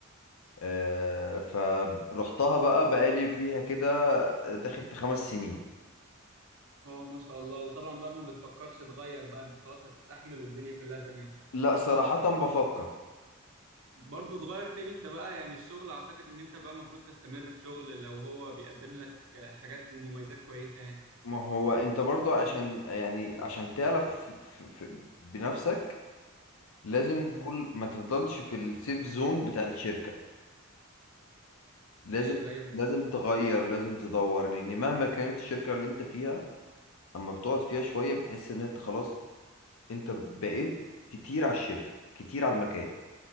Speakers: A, on the left; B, on the right.
A: آه، فروحتها بقى بقالي فيها كده آه، داخل في خمس سنين
B: اه ما شاء الله وطبعا بقى ما بتفكرش تغير بقى انت خلاص هتستحمل والدنيا كلها تمام
A: لا صراحة بفكر
B: برضه صغير تاني انت بقى يعني الشغل اعتقد ان انت بقى المفروض تستمر في شغل لو هو بيقدم لك حاجات ومميزات كويسة يعني
A: ما هو انت برضو عشان يعني عشان تعرف ف- ف- بنفسك لازم
B: امم
A: كل ما تفضلش في السيف زون بتاع الشركة لازم
B: ايوه ايوه
A: لازم
B: فهمتك
A: تغير لازم تدور لان مهما كانت الشركة اللي انت فيها اما بتقعد فيها شوية بتحس ان انت خلاص انت بقيت كتير على الشركة كتير على المكان